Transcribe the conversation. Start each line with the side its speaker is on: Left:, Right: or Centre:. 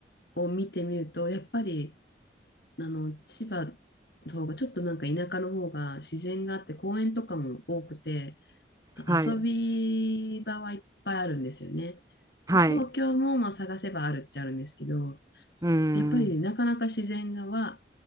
Left: を見てみると、やっぱり、あの、千葉の方が、ちょっとなんか田舎の方が自然があって、公園とかも多くて、遊び場はいっぱいあるんですよね。
Right: あ、はい。はい。
Left: 東京もまあ探せばあるっちゃあるんですけど、
Right: うーん。
Left: やっぱりなかなか自然がは、